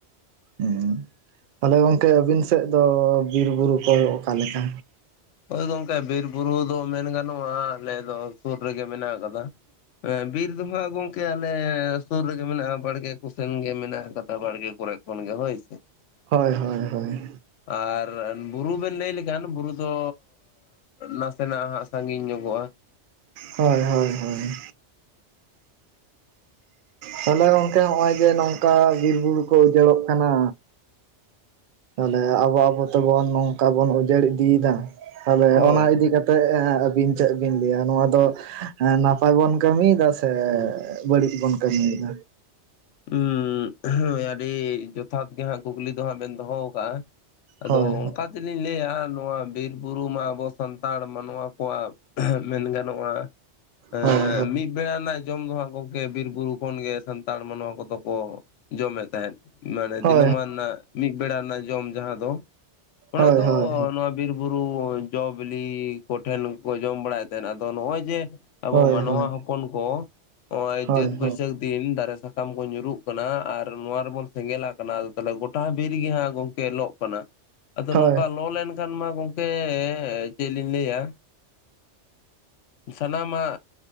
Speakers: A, on the right; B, on the left.
A: ᱦᱩᱸ ᱛᱟᱞᱦᱮ ᱜᱚᱝᱠᱮ ᱟᱹᱵᱤᱱ ᱥᱮᱫ ᱫᱚ ᱵᱤᱨ ᱵᱩᱨᱩ ᱠᱚ ᱚᱠᱟᱞᱮᱠᱟ
B: ᱦᱳᱭ ᱜᱚᱝᱠᱮ ᱵᱤᱨ ᱵᱩᱨᱩ ᱫᱚ ᱢᱮᱱ ᱜᱟᱱᱚᱜ-ᱟ ᱟᱞᱮ ᱫᱚ ᱥᱩᱨ ᱨᱮᱜᱮ ᱢᱮᱱᱟᱜ ᱟᱠᱟᱫᱟ ᱦᱮᱸ ᱵᱤᱨ ᱫᱚᱦᱟᱸᱜ ᱜᱚᱝ ᱠᱮ ᱟᱞᱮ ᱥᱩᱨ ᱨᱮᱜᱮ ᱢᱮᱱᱟᱜ-ᱟ ᱵᱟᱲᱜᱮ ᱠᱚᱥᱮᱱ ᱜᱮ ᱢᱮᱱᱟᱜ ᱠᱟᱫᱟ ᱵᱟᱲᱜᱮ ᱠᱚᱨᱮ ᱠᱷᱚᱱ ᱜᱮ ᱦᱳᱭ ᱥᱮ
A: ᱦᱚᱭ ᱦᱚᱭ ᱦᱚᱭ
B: ᱟᱨ ᱵᱩᱨᱩ ᱵᱮᱱ ᱞᱟᱹᱭ ᱞᱮᱠᱷᱟᱱ ᱵᱩᱨᱩ ᱫᱚ ᱱᱟᱥᱮᱱᱟᱜ ᱦᱟᱸᱜ ᱥᱟᱺᱜᱤᱧ ᱧᱚᱜᱚᱜ-ᱟ
A: ᱦᱳᱭ ᱦᱳᱭ ᱦᱳᱭ ᱛᱟᱞᱦᱮ ᱜᱚᱝᱠᱮ ᱦᱚᱸᱜ-ᱚᱭ ᱡᱮ ᱱᱚᱝᱠᱟ ᱵᱤᱨ ᱵᱩᱨᱩ ᱠᱚ ᱩᱡᱟᱹᱲᱚᱜ ᱠᱟᱱᱟ ᱛᱟᱞᱦᱮ ᱟᱵᱚ ᱟᱵᱚ ᱛᱮᱵᱚᱱ ᱱᱚᱝᱠᱟ ᱵᱚᱱ ᱩᱡᱟᱹᱲ ᱤᱫᱤᱭᱮᱫᱟ ᱛᱟᱦᱚᱞᱮ
B: ᱦᱳᱭ᱾
A: ᱚᱱᱟ ᱤᱫᱤᱠᱟ ᱛᱮᱜ ᱟᱹᱵᱤᱱ ᱪᱮᱫ ᱵᱤᱱ ᱞᱟᱹᱭᱟ ᱱᱚᱣᱟ ᱫᱚ ᱱᱟᱯᱟᱭ ᱵᱚᱱ ᱠᱟᱹᱢᱤᱭᱮᱫᱟ ᱥᱮ ᱵᱟᱹᱲᱤᱡ ᱵᱚᱱ ᱠᱟᱹᱢᱤᱭᱮᱫᱟ
B: ᱩᱸ ᱦᱚᱭ ᱟᱹᱰᱤ ᱡᱚᱛᱷᱟᱛ ᱜᱮ ᱦᱟᱸᱜ ᱠᱩᱠᱞᱤ ᱫᱚ ᱦᱟᱸᱜ ᱵᱤᱱ ᱫᱚᱦᱚ ᱟᱠᱟ-ᱟ ᱟᱫᱚ
A: ᱦᱳᱭ
B: ᱚᱝᱠᱟ
A: ᱦᱳᱭ
B: ᱛᱮᱞᱤᱧ ᱞᱟᱹᱭᱟ ᱱᱚᱣᱟ ᱵᱤᱨ ᱵᱩᱨᱩ ᱢᱟ ᱟᱵᱚ ᱥᱟᱱᱛᱟᱲ ᱢᱟᱱᱣᱟ ᱠᱚᱣᱟᱜ ᱢᱮᱱ ᱜᱟᱱᱚᱜ-ᱟ ᱮᱸᱻ
A: ᱦᱳᱭ ᱦᱳᱭ
B: ᱢᱤᱫ ᱵᱮᱲᱟ ᱨᱮᱱᱟᱜ ᱡᱚᱢ ᱫᱚ ᱦᱟᱸᱜ ᱜᱚᱝᱠᱮ ᱵᱤᱨ ᱵᱩᱨᱩ ᱠᱷᱚᱱᱜᱮ ᱥᱟᱱᱛᱟᱲ ᱢᱟᱱᱣᱟ ᱠᱚᱫᱚ ᱠᱚ ᱡᱚᱢᱮᱫ ᱛᱟᱦᱮᱸᱫ ᱢᱟᱱᱮ
A: ᱦᱳᱭ
B: ᱫᱤᱱᱹᱟᱢᱟᱱ ᱨᱮᱱᱟᱜ ᱢᱤᱫ ᱵᱮᱲᱟ ᱨᱮᱱᱟᱜ ᱡᱚᱢ ᱡᱟᱦᱟᱸ ᱫᱚ ᱚᱱᱟ
A: ᱦᱳᱭ
B: ᱫᱚ
A: ᱦᱳᱭ
B: ᱱᱚᱣᱟ ᱵᱤᱨ ᱵᱩᱨᱩ ᱡᱚ ᱵᱤᱞᱤ ᱠᱚᱴᱷᱮᱱ ᱠᱚ ᱡᱚᱢ ᱵᱟᱲᱟᱭᱮᱫ ᱛᱟᱦᱮᱸᱱᱟ ᱟᱫᱚ ᱱᱚᱜ ᱚᱭ ᱡᱮ ᱟᱵᱚ
A: ᱦᱳᱭ
B: ᱢᱟᱱᱣᱟ
A: ᱦᱳᱭ
B: ᱦᱚᱯᱚᱱ ᱠᱚ ᱱᱚᱜᱼᱚᱭ
A: ᱦᱳᱭ
B: ᱪᱟᱹᱛ
A: ᱦᱳᱭ
B: ᱵᱟᱹᱭᱥᱟᱹᱠᱷ ᱫᱤᱱ ᱫᱟᱨᱮ ᱥᱟ ᱥᱟᱠᱟᱢ ᱠᱚ ᱧᱩᱨᱩᱜ ᱠᱟᱱᱟ ᱟᱨ ᱱᱚᱣᱟ ᱨᱮᱵᱚᱱ ᱥᱮᱸᱜᱮᱞᱟᱜ ᱠᱟᱱᱟ ᱟᱫᱚ ᱛᱟᱦᱚᱞᱮ ᱜᱚᱴᱟ ᱵᱤᱨ ᱨᱮᱜᱮ ᱦᱟᱸᱜ ᱜᱚᱝᱠᱮ ᱞᱚᱜ ᱠᱟᱱᱟ ᱟᱫᱚ
A: ᱦᱳᱭ
B: ᱱᱚᱝᱠᱟ ᱞᱚ ᱞᱮᱱᱠᱷᱟᱱ ᱢᱟ ᱜᱚᱝᱠᱮ ᱪᱮᱫ ᱞᱤᱧ ᱞᱟᱹᱭᱟ ᱥᱟᱱᱟᱢᱟᱜ